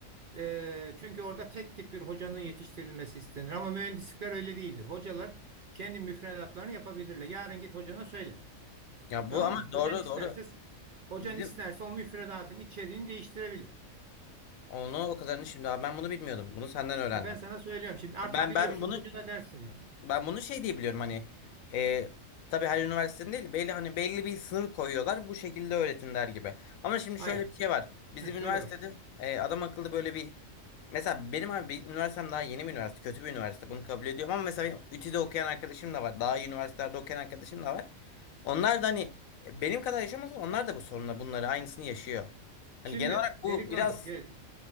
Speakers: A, on the right; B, on the left.
A: Ee, çünkü orada tek tip bir hocanın yetiştirilmesi istenir. Ama mühendislikler öyle değildir. Hocalar kendi müfredatlarını yapabilirler. Yarın git hocana söyle.
B: Ya
A: Tamam
B: bu ama
A: mı?
B: doğru
A: Hocan isterse,
B: doğru
A: hocan
B: bilim.
A: isterse o müfredatın içeriğini değiştirebilir.
B: Onu o kadarını şimdi abi ben bunu bilmiyordum. Bunu senden öğrendim.
A: Ha, ben sana söylüyorum şimdi. Artık
B: Ben
A: biliyorsun
B: ben bunu
A: hocana dersin yani.
B: Ben bunu şey diye biliyorum hani e, tabii her üniversitenin değil belli hani belli bir sınır koyuyorlar bu şekilde öğretin gibi. Ama şimdi
A: Hayır.
B: şöyle bir şey var. Bizim
A: Hı, Söyle
B: üniversitede
A: bak.
B: e, adam akıllı böyle bir mesela benim abi bir üniversitem daha yeni bir üniversite kötü bir üniversite bunu kabul ediyorum ama mesela benim ÜTÜ'de okuyan arkadaşım da var. Daha iyi üniversitelerde okuyan arkadaşım da var. Onlar da hani e, benim kadar yaşamasa onlar da bu sorunla bunları aynısını yaşıyor. Hani
A: Şimdi
B: genel olarak bu
A: delikanlı
B: biraz
A: şey,